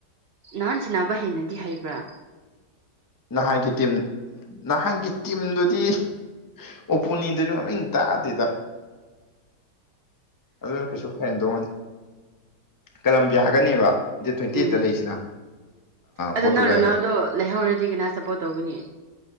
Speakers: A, on the right; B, on the left.
A: ꯅꯍꯥꯟ ꯁꯤꯅꯕ ꯍꯦꯟꯅꯗꯤ ꯍꯥꯏꯕ꯭ꯔꯥ
B: ꯅꯍꯥꯟꯒꯤ ꯇꯤꯝ ꯅꯍꯥꯟꯒꯤ ꯇꯤꯝꯗꯨꯗꯤ ꯑꯣꯄꯨꯅꯤꯗꯔꯤ ꯃꯃꯤ ꯇꯗꯦꯗ ꯑꯗꯨꯅ ꯀꯩꯁꯨ ꯐꯍꯟꯗꯧ ꯃꯥ ꯀꯂꯝꯕꯤꯌꯥ ꯍꯥꯏꯒꯅꯦꯕ ꯗꯦꯠ ꯇ꯭ꯋꯦꯟꯇꯤ
A: ꯎꯝ
B: ꯑꯩꯠꯇ ꯂꯩꯁꯤꯅ
A: ꯑꯗꯣ
B: ꯄꯣꯔꯇꯨꯒꯜꯒ
A: ꯅꯪ ꯔꯣꯅꯥꯜꯗꯣ ꯂꯩꯍꯧꯔꯗꯤ ꯀꯅꯥ ꯁꯞꯄꯣꯔꯠ ꯇꯧꯒꯅꯤ